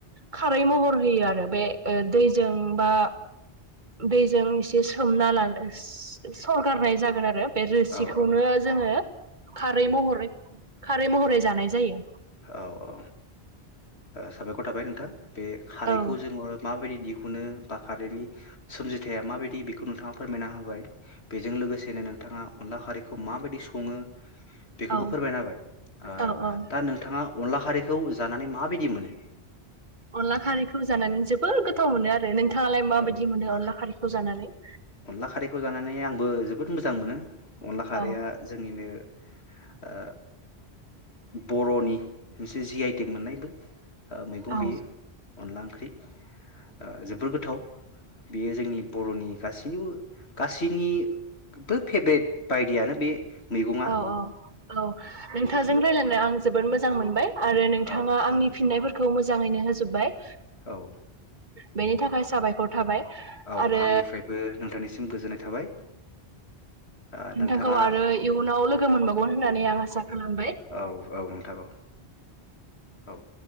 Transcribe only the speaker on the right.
खा फ्राय महर होयो आरो बे ओ दैजों बा दैजों एसे सोमना लानो सो सो सरगारनाय जागोन आरोब बे रोसिखौनो
जोङो खारै महरै खारै महरै जानाय जायो।
औ
औ
औ औ
अनला खारैखौ जानानै जोबोद गोथाव मोनो आरो नोंथ थाङालाय माबायदि
मोनो अनला खारि? खौ जानानै
औ
औ
औ अ औ नोंथांजों रायलायना नाय आं जोबोद मोजां मोनबाय। आरो नोंथाङा
आंनि फिननायफोर खौ मोजाङैनो होजोब्बाय।
बेनि थाखाय साबायखर थाबाय।
आरो
नोंथांखौ
आरो इयुनाव लोगो मोनबावगोन होननानै आं आसा खालामबाय